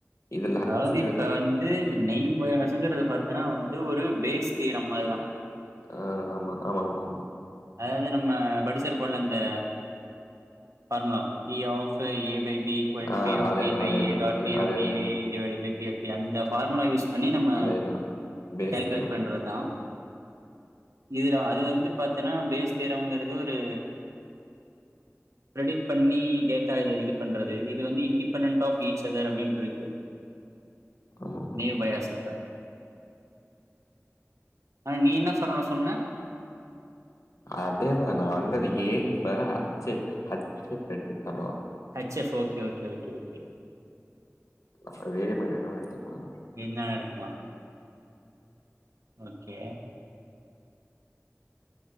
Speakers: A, on the left; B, on the right.
A: இதுல ஹச்சுங்கிறது
B: அதாவது இப்ப வந் து நெய்போய்சங்கிறது பாத்தன்னா வந்து ஒரு பேஸ் தீயரம் மாறிதா
A: ஆ ஆமா ஆமா ஆமா ஆமா
B: அதாவது நம்ம படிச்சிருப்போ இல்ல இந்த formula P of A by B இக்வல்டு
A: ஆ
B: பி ஆஃ
A: அதேதான்,
B: பி பை
A: அதேதான்,
B: ஏ டாட்
A: அதே
B: பி
A: அதேதான்,
B: ஆஃப் ஏ divide by B of D அந்த ஃபார்முலா யூஸ் பண்ணி நம்ம
A: அதேதான். Bayes
B: calculate
A: theorem.
B: பண்றதுதா இதுல அது வந்து பாத்தன்னா பேஸ் தியரம்ங்கறது ஒரு
A: <unintelligible>
B: கிரெடிட் பண்ணி டேட்டாவ இது பண்றது இது வந்து இண்டடிபெண்டன்ட் ஆஃப் ஈச் அதர் அப்டின்னு இருக்கு
A: ஆமா ஆமா
B: நெய் பயாஸ் அப்ப ஆனா நீ என்ன சரவணா சொன்ன
A: அதேதா நா வந்து அந்த ஏ பி க்கு பதிலா ஹச்சு ஹச் எஃப் எடுத்துகிட்டனோ
B: H F okay okay okay okay
A: நம்ம ஏரியா பாயிண்ட் என்ன வேனா எடுத்துக்கலா
B: என்ன வேனா எடுத்துக்கலா ஓக்கே